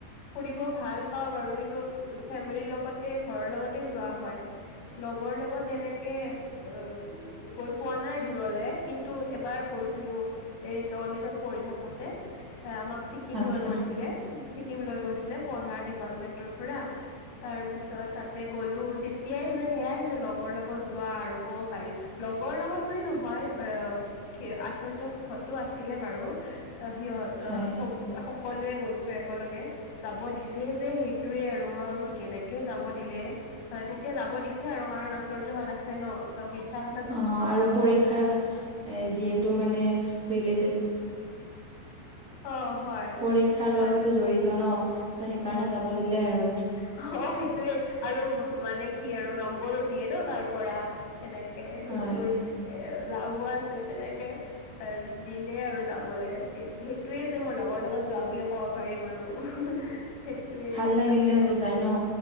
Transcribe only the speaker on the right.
আচ্ছা
হয়
অ, আৰু পৰীক্ষাৰ এ, যিহেতু মানে ৰিলেটেড
পৰীক্ষাৰ লগতে
জড়িত ন ত সেইকাৰণে
যাব দিলে আৰু।
হয়
ভাল লাগিলে
যাই ন